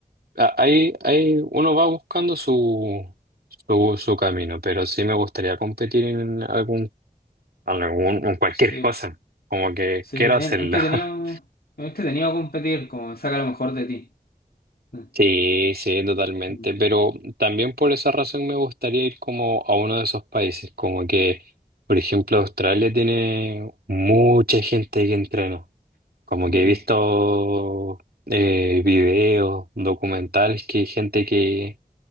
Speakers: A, on the right; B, on the left.
A: a- hay, hay, uno va buscando su, su, su camino, pero sí me gustaría competir en algún algún, un cualquier
B: sí,
A: cosa, como que
B: sí,
A: quiero
B: es
A: hacerlo.
B: entretenido,
A: <laughs>
B: es entretenido competir, como saca lo mejor de ti. Mm,
A: Sí, sí, totalmente,
B: mm,
A: pero también por esa razón me gustaría ir como a uno de esos países, como que, por ejemplo, Australia tiene mucha gente que entrena, como que
B: mm.
A: he visto eh, videos, documentales que hay gente que